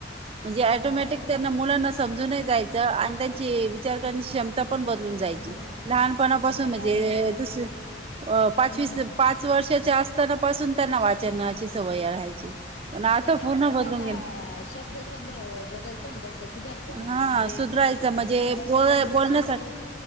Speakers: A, on the right (about 35°); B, on the left (about 90°).
A: म्हणजे टोमॅटिक
B: हा
A: त्यांना मुलांना समजून जायचं. आणि त्यांची विचार करण्या क्षमता पण बदलून जायची.
B: मग
A: लहानपणापासून
B: नाही
A: म्हणजे
B: आणि
A: दुस अ पाचवीस
B: हम्म
A: पाच वर्षाच्या असताना पासून त्यांना वाचनाची सवय राहायची. पण आता
B: त्याच्यामुळे
A: पूर्ण
B: मग
A: बदलून
B: त्यांना
A: गेल
B: शब्द संंग्रह बदल त्यां सुधारतो ना
A: हा
B: मग म्हणजे
A: सुधरायचं म्हणजे
B: त्यांच
A: बोल
B: समजा
A: बोलण्यासाठी
B: शब्द